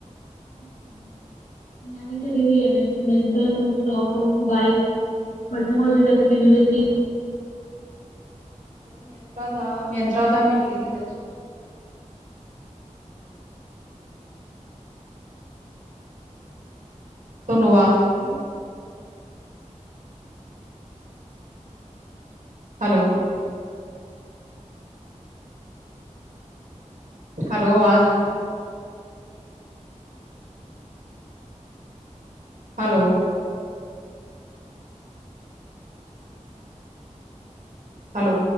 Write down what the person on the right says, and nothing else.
ਹਾਂਜੀ
ਬਟ ਮਿਯੰਤਰਰਾ ਦਾ ਅ-ਮਿਅੰਤਰਰਾ ਦਾ ਮਟੀਰੀਅਲ ਅੱਛਾ ਹੁੰਦਾ। ਤੋਨੂੰ ਵਾਜ਼ ਆ ਰੀ ਮੇਰੀ? ਹੈਲੋ ਹੈਲੋ, ਵਾਜ਼ ਆ ਰੀ? ਹੈਲੋ? ਹੈਲੋ,